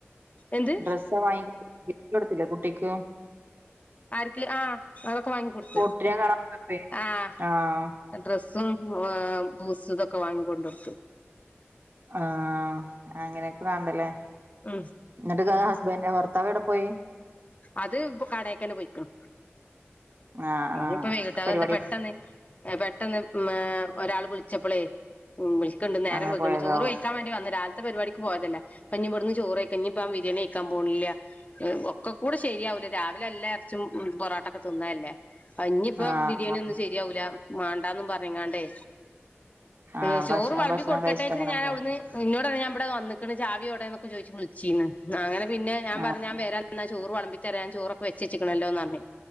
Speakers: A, on the left (about 35°); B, on the right (about 50°).
A: എന്ത്
B: ഡ്രസ്സാ വാങ്ങി കൊടുത്തില്ല കുട്ടിക്ക്
A: ആരിക്ക് ആഹ അതൊക്കെ വാങ്ങിക്കൊടുത്ത
B: പൊട്ടിനെ കാണാൻ പോയപ്പേ
A: ആഹ
B: ആഹ്
A: ഡ്ര സും പൂസും ഇതൊക്കെ വാങ്ങിക്കൊണ്ടിടുത്തു
B: ആ അങ്ങനെയൊക്കെ വേണ്ടല്ലേ
A: ഉം
B: എന്നിട്ട്ക്ക ഹസ്ബന്റെ പുറത് ത്താവ് എവിടെ പോയി?
A: അത് ഇപ്പൊ കടക്കന്നെ പോയിക്ക്ണ്
B: ആഹ് ആഹ്
A: ഇപ്പ വൈകിട്ട
B: ഒക്കെ
A: അതെന്ത
B: പരിപാടി
A: പെട്ടെന്ന് പെട്ടെന്ന് ഒരാൾ വിളിച്ചപ്പളേ വി ട്ക്ക്ണ്ട് നേരം
B: അങ്ങനെ
A: വെഖ്‌ണ്ട്
B: പോയതാവും
A: ചോറ് വെയ്ച്ചാ വേണ്ടി വന്ന് രാ പരിപാടിക്ക് പോയതല്ലെഇനി ഇവിടുന്ന് ചോറായ്ക്കാ. ഞ്ഞിപ്പ വിരേണി യ് ക്കാൻ പോണില്ല എം ഒക്കെ ഒക്കെ കൂടെ ശരിയാവൂല രാവിലെല്ല ഇറച്ചും പൊറട്ടൊക്കെ തിന്നല്ലേ ഇനിയിപ്പ
B: ആഹ്
A: ബിരിയാണി
B: ആഹ്
A: ഒന്നും ശരിയാവൂല മാണ്ടന്നും പറഞ്ഞങ്ങാണ്ടേ
B: ആഹ്
A: ഉം ചോറ്
B: ഭക്ഷ
A: വളമ്പി
B: ഭക്ഷണം
A: കൊടുക്കട്ടേച്ച്ട്ട്
B: കഴിച്ചിട്ട് അങ്ങനെ
A: ഞാൻ
B: പോ
A: അവിട്ന്ന് ഇന്നോ ഇവിടെ വന്നിക്ക്ണ് ചാവിടെന്നക്കെ ചോയ്ച്ച് വിളിച്ചീന്ന് അങ്ങെ പിന്നെ ഞാ
B: ആഹ്
A: പറഞ്ഞ വ ചോറ് വെളമ്പി തരാം ചോറൊക്കെ വെച്ച്ച്ചേക്കണല്ലോന്ന് പറഞ്ഞ്